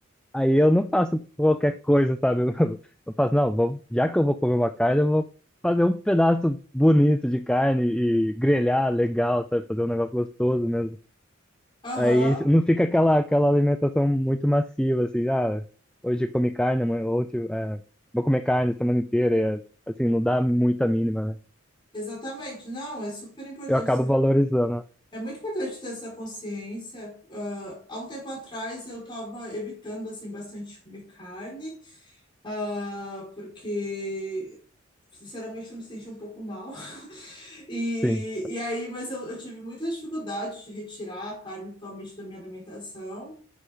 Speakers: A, in the centre; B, on the left.
A: aí eu não faço qualquer coisa, sabe? <laughs> Eu, eu faço, não, vou, já que eu vou comer uma carne, eu vou fazer um pedaço bonito de carne e grelhar legal, sabe? Fazer um negócio gostoso mesmo.
B: Aham,
A: Aí não fica aquela, aquela alimentação muito massiva, assim, ah, hoje comi carne, amanhã- ontem, é, vou comer carne a semana inteira, e, é, assim, não dá muita mínima, né?
B: exatamente. Não, é super importante.
A: eu acabo valorizando.
B: É muito importante ter essa consciência. Ah, há um tempo atrás eu estava evitando assim bastante comer carne, ah, porque sinceramente eu me senti um pouco mal. <laughs> E,
A: Sim.
B: e aí, mas eu, eu tive muita dificuldade de retirar a carne totalmente da minha alimentação.